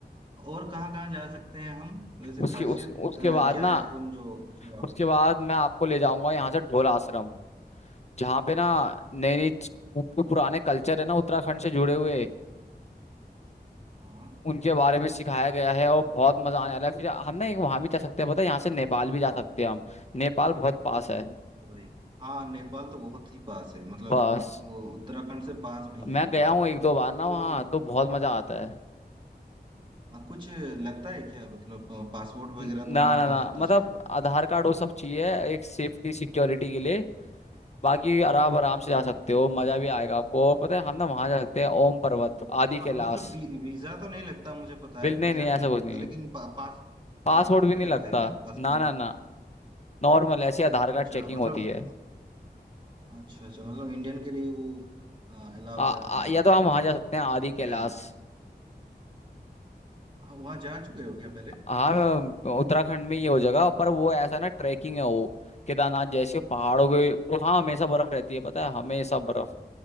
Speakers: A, on the right; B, on the left.
A: और कहाँ कहाँ जा सकते हैं हम वैसे
B: उसके
A: खासियत
B: उस उसके
A: अ,
B: बाद
A: क्या
B: ना
A: है उन जो जगहों
B: उसके
A: की
B: बाद मैं आपको ले जाऊंगा यहाँ से ढोल आश्रम जहाँ पे ना नई नई जो पुराने कल्चर है ना उत्तराखंड से जुड़े हुए
A: हाँ
B: उनके बारे में सिखाया गया है और बहुत मजा आने वाला है फिर हम ना एक वहां भी जा सकते हैं पता है यहाँ से नेपाल भी जा सकते हैं हम नेपाल बहुत पास है
A: अरे भाई हाँ नेपाल तो बहुत ही पास है मतलब
B: बस
A: वो उत्तराखंड से पास में ही
B: मैं
A: है नेपाल
B: गया हूँ एक दो बार ना
A: तो
B: वहाँ तो बहुत मजा आता है
A: अ, कुछ लगता है क्या मतलब अ, पासपोर्ट वगैरह
B: ना
A: तो वहाँ
B: ना
A: नहीं
B: ना
A: लगता
B: मतलब
A: शायद
B: आधार कार्ड वो सब चाहिए एक सेफ्टी सिक्योरिटी के लिए बाकी आराम आराम से
A: हाँ
B: जा सकते
A: हाँ
B: हो मजा भी आएगा आपको और पता है हम ना वहां जा सकते हैं ओम पर्वत आदि कैलाश
A: हाँ मतलब वी, वीजा तो नहीं लगता मुझे पता
B: बिल
A: है
B: नहीं
A: वीजा
B: नहीं
A: नहीं
B: ऐसा कुछ
A: लगता
B: नहीं
A: लेकिन पा, पास
B: पासवर्ड
A: पासपोर्ट
B: भी
A: भी
B: नहीं
A: लगता
B: लगता
A: है क्या पासपोर्ट
B: ना ना ना नॉर्मल ऐसी आधार कार्ड
A: अच्छा
B: चेकिंग
A: मतलब
B: होती है
A: अच्छा अच्छा मतलब इंडियन के लिए वो अलाउ
B: आ,
A: करते
B: आ,
A: हैं
B: या तो हम वहाँ जा सकते हैं आदि कैलाश
A: बढ़िया हाँ, वहाँ जा चुके हो क्या पहले
B: हाँ मैं- उत्तराखंड में ये हो जगह पर वो ऐसा ना ट्रैकिंग है वो केदारनाथ जैसे पहाड़ों के वहाँ हमेशा बर्फ रहती है पता है हमेशा बर्फ